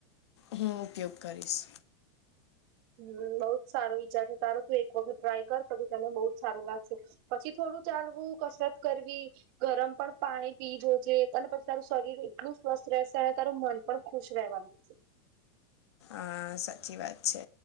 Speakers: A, on the left; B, on the right.
A: હું ઉપયોગ કરીશ
B: હમ્મ બઉુ જ સારો ઈચાર છે તારો તું એક વખત ટ્રાય કર તો તને બહ જ સારું લાગશે પછી થોડું ચાલવું કસરત કરવી ગરમ પણ પાણી પીજજે અને પછી તારું શરીર એટલું સ્વસ્થ રહેશે અને તારું મન પણ ખુશ રહેવાનું છે
A: અ સાચી વાત છે